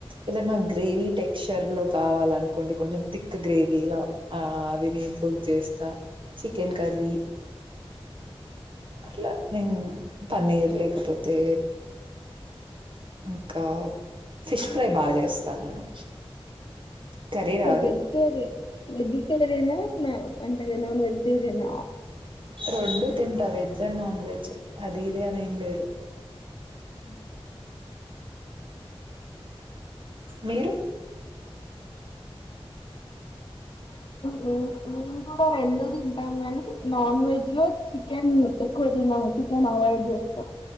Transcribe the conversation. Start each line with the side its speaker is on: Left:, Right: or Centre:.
Right: ఏదన్న గ్రే గ్రేవీ టెక్స్చర్ లో కావాలనుకోండి కొంచెం థిక్ గ్రేవీలా ఆ అవి నేను కుక్ చేస్తా చికెన్ కర్రీ అట్లా న పన్నీర్ లేకపోతే ఇంకా ఫిష్ ఫ్రై బాగా చేస్తా నేను కర్రీ రాదు.
Left: వెజిటేరియన్ వెజిటేరియన్ అర అంతే కదా వెజిటేరియన్
Right: రొండు తింటా వెజ్ అండ్ నాన్ వెజ్ అది ఇది అని ఏంలేదు.
Left: ఉ
Right: మీరు?
Left: మేం మేము కూడా రెండు తింటాం కాని, నాన్ వెజ్ లో చికెన్ ఎక్కువ తినము. చికెన్ అవయిడ్ చేస్తా